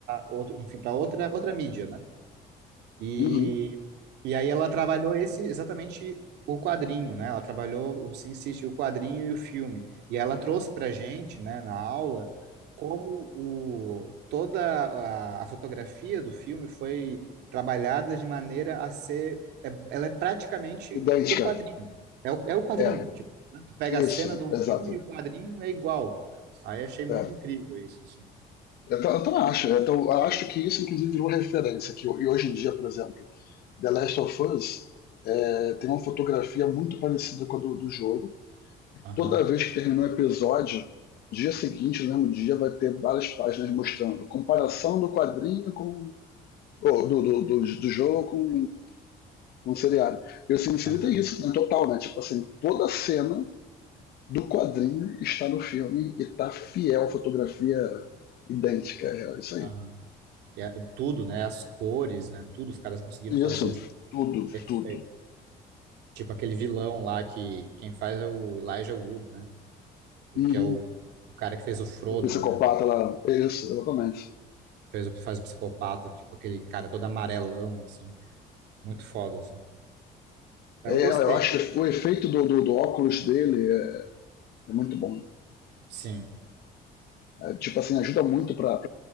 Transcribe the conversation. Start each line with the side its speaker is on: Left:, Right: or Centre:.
Right: outro, enfim, para outra, outra mídia, né? E,
Left: Uhum.
Right: e aí ela trabalhou esse exatamente o quadrinho, né? Ela trabalhou o Sin City, o quadrinho e o filme. E ela trouxe para gente, né, na aula, como o, toda a, a fotografia do filme foi trabalhada de maneira a ser, é- ela é praticamente
Left: Idêntica.
Right: o quadrinho. É o, é o quadrinho,
Left: É,
Right: tipo, né? Tu pega
Left: isso,
Right: a cena do
Left: exato.
Right: filme e o quadrinho é igual. Aí achei muito
Left: É.
Right: incrível isso, assim.
Left: Eu, ta- eu também acho. Eu, ta- eu acho que isso, inclusive, virou referência. Que, ho- e hoje em dia, por exemplo, The Last of Us é, tem uma fotografia muito parecida com a do, do jogo.
Right: Aham,
Left: Toda vez que terminar um episódio, dia seguinte, no mesmo dia, vai ter várias páginas mostrando comparação do quadrinho com ou do, do, do, do jogo com, com o seriado. E o Sin City
Right: aham,
Left: tem isso, né? Total, né? Tipo assim, toda cena do quadrinho está no filme e tá fiel à fotografia idêntica. É isso aí.
Right: aham. E a- tudo, né? As cores, né? Tudo, os caras conseguiram fazer
Left: Isso,
Right: assim,
Left: tudo,
Right: perfeito.
Left: tudo.
Right: Tipo aquele vilão lá que quem faz é o Elijah Wood, né? O
Left: Uhum.
Right: que é o, o cara que fez o Frodo,
Left: O psicopata
Right: né?
Left: lá, é isso, exatamente.
Right: Fez, o- faz o psicopata, tipo aquele cara todo amarelão, assim. Muito foda, assim. Aí
Left: É,
Right: Eu gostei.
Left: eu acho que o efeito do, do, do óculos dele é, é muito bom. né?
Right: Sim,
Left: É, tipo assim, ajuda muito para